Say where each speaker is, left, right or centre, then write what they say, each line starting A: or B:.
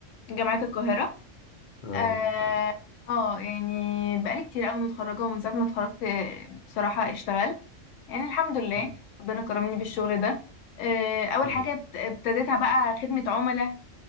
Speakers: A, on the left (about 80°); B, on the left (about 50°).
A: جامعة القاهرة
B: اه
A: اه
B: ما شاء الله
A: آه، يعني بقالي كتير قوي متخرجة ومن ساعة ما اتخرجت آه، بصراحة اشتغلت يعني الحمد لله
B: مم.
A: ربنا كرمني بالشغل ده آه، أول
B: ايوه
A: حاجة ابت- ابتديتها بقى خدمة عملاء